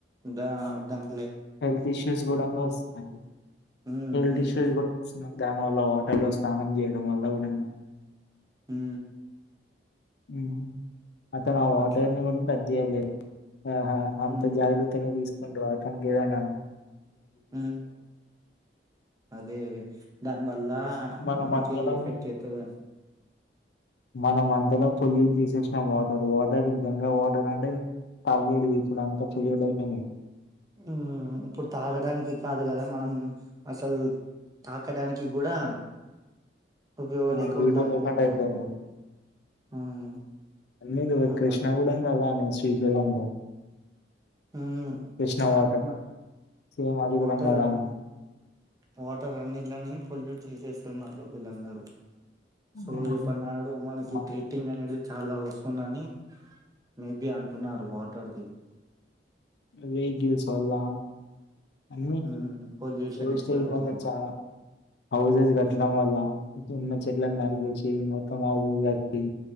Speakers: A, on the right (about 20°); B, on the left (about 65°).
A: దా దన్
B: హెల్త్ ఇష్యూస్ కూడాంగా వస్తుాన్నయి
A: ఉమ్
B: హెల్త్
A: ఉమ్
B: ఇష్యూస్ కూడా వస్తున్నాయి దాని వల్ల వాటర్లో స్నానం చేయడం వల్ల కూడంగా
A: హు
B: హు అతను ఆ వాటర్ని
A: అట్లా
B: కూడా టచ్ చేయలేదు. హ హ
A: ఉమ్
B: అంతా జాగ్రత్తగా తీసి త <unintelligible> ఎదైనా
A: హ్ అదే అదే దానివల్లా ఆ
B: మనం
A: మనకె
B: అంతలో
A: ఎఫెక్ట్ అయితదిని.
B: మనం అంతలో పొల్యూట్ చేసేసిన వాటర్, వాటర్ గంగా వాటర్ అంటే తాగెటిది. ఇప్పుడు అంతా పొల్యుట్ అయిపోయింది.
A: హ్ ఇప్పుడు తాగడానికి కాదు కదా మనం అసలు తాకడానికి కూడా ఉపయోగం
B: వడా
A: లేకుండా అయిపోయింది
B: అయితదంటావ్
A: అది ఉమ్
B: లేదు
A: అలా
B: కృష్ణాగుడం ఇగ అలానే ఒస్ ఈ జలం ల
A: ఉమ్
B: కృష్ణ హటర్
A: మ
B: సేమ్ అది
A: వాటర్
B: కూడంగాలానే
A: అన్ వాటర్ అన్నిీట్లని పొల్యూట్ చేసేస్ టున్నారు వీళ్ళందరూ సో
B: హ్మ్.
A: రేపటి నాడు మనకి
B: మ
A: ట్రిటింగ్ అనేడ్డి చాలా వస్తున్నని మేబి అంటున్నారు వాటర్ది.
B: వేహికిల్స్ వల్లా అన్ని
A: ఉమ్ పొల్యూషన్
B: వేస్టేజ్
A: ఎక్కువ అవుతున్నాయి
B: వల్ల చాలా హౌజెస్ కట్టడం వల్లా ఉన్న చెట్లన్ని నరికేసి మొత్తం ఆవి ఇవి కట్టి.